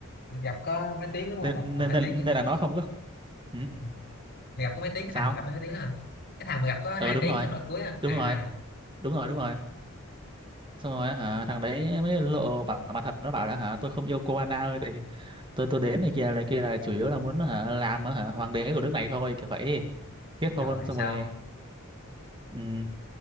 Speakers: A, on the left (about 50°); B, on the right (about 25°).
A: gặp có mấy tiếng
B: <laughs>
A: đúng không
B: nên
A: gặp cũng
B: nên
A: một hai
B: nên,
A: tiếng vậy đó.
B: nên là nó không có ừ,
A: Ừ. gặp có mấy tiếng cái
B: sao
A: thằng mà gặp mấy tiếng đó hả cái thằng mà gặp có
B: ờ
A: hai
B: đúng
A: tiếng
B: rồi
A: xong rồi cưới hả
B: đúng
A: à
B: rồi đúng rồi đúng rồi xong rồi hả thằng đấy mới lộ bảo mặt thật nó bảo là hả tôi không yêu cô Anna ơi tại vì tôi tôi đến này kia này kia là chủ yếu là muốn hả, làm hả, hoàng đế của nước này thôi kiểu vậy kết
A: rồi
B: hôn xong
A: xong
B: rồi ừ,